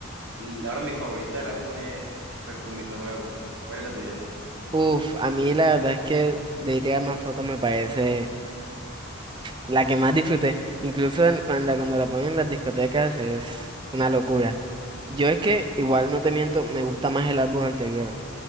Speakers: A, on the right; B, on the right.
A: l- ahora mi favorita del álbum es Perfumito Nuevo. ¿Cuál es la tuya?
B: Uf, a mí la verdad es que de tirar más fotos me parece. La que más disfruté, incluso en- cuando, la- cuando la ponen en las discotecas es una locura. Yo es que, igual no te miento, me gusta más el álbum anterior.